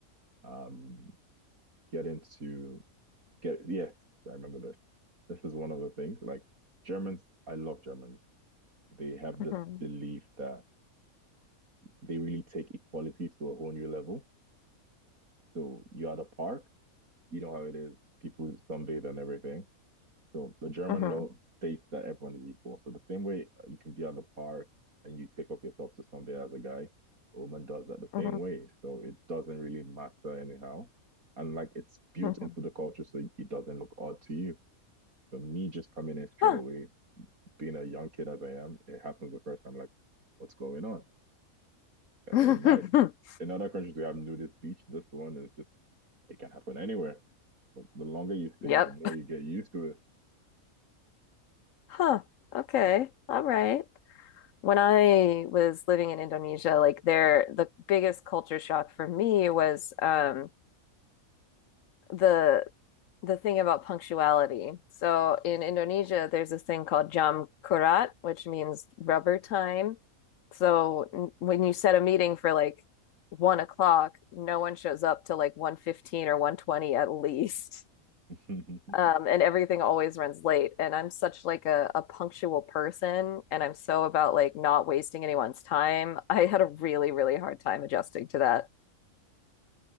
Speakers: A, on the right; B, on the left.
A: um get into get yes, I remember this. This is one of the things. Like Germans, I love Germans. They have this
B: hmm
A: belief that they really take equality to a whole new level. So you're at a park, you know how it is, people sunbathe and everything. So the German
B: hmm
A: law states that everyone is equal. So the same way you can be at the park and you take off your top to somebody as a guy, a woman does that the same
B: hmm
A: way. So it doesn't really matter anyhow. And like it's built
B: hmm
A: into the culture so it doesn't look odd to you. So me just coming in straight
B: Huh.
A: away, being a young kid as I am, it happens the first time like, what's going on? Uh,
B: <laughs>
A: In my in other countries we have nudist beach. This one is just it can happen anywhere. But the longer you stay,
B: Yep.
A: the more you get used to
B: Huh. Okay. All right. When I was living in Indonesia, like there, the biggest culture shock for me was um, the the thing about punctuality. So in Indonesia, there's this thing called jam kurat, which means rubber time. So n- when you set a meeting for like one o'clock, no one shows up till like one fifteen or one twenty at least
A: it. <laughs>
B: um, and everything always runs late. And I'm such like a, a punctual person, and I'm so about like not wasting anyone's time. I had a really, really hard time adjusting to that.